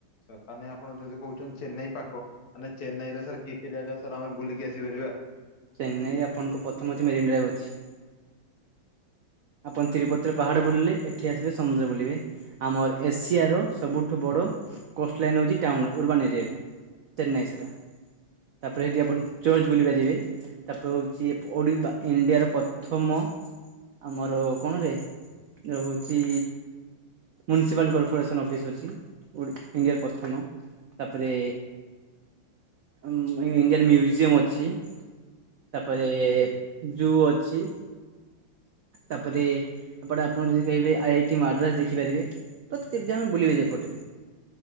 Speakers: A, on the left; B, on the right.
A: ତାହେନେ ଆପଣ ଯଦି କହୁଛନ୍ତି ଚେନ୍ନାଇ ପାଖ ତାନେ ଚନ୍ନାଇରେ ସାର୍ କି କି ଜାଗା ସାର୍ ଆମେ ବୁଲିକି ଆସିପାରିବୁ। <unintelligible>
B: ଚେନ୍ନାଇରେ ଆପଣଙ୍କୁ ପ୍ରଥମ ଅଛି ମେରିନ୍ ଡ୍ରାଇଭ୍ ଅଛି। ଆପଣ ତିରୁପତିର ପାହାଡ ବୁଲିଲେ ଏଠି ଆସିବେ ସମୁଦ୍ର ବୁଲିବେ ଆମର ଏସିଆର ସବୁଠୁ ବଡ ର କୋଷ୍ଟ ଲାଇନ୍ ହେଉଛି ଟାଉନ୍ ଅର୍ବାନ ଏରିଆରେ ଚେନ୍ନାଇ ସେଟା। ତାପରେ ଏଠି ଆପଣ ଚର୍ଚ ବୁଲି ପାରିବେ ତାପରେ ହଉଛି ଓଡ଼ି ବା ଇଣ୍ଡିଆର ପ୍ରଥମ ଆମର କୋଣରେ ହଉଛି ମୁନିସିପାଲ କର୍ପୋରେସନ୍ ଅଫିସ୍ ଅଛି ଓଡ଼ି ଇଣ୍ଡିଆର ପ୍ରଥମ ତାପରେ ଉଁ ଇଣ୍ଡିଆର ମ୍ୟୁଜିୟମ ଅଛି। ତାପରେ ଜୁ ଅଛି। ତାପରେ ଏପଟେ ଆପଣ ଯଦି କହିବେ ଆଇ ଟି ମାଡ୍ରାସ ଦେଖିପାରିବେ। ତ ତିନିଜଣ ବୁଲିବେ ଏପଟେ।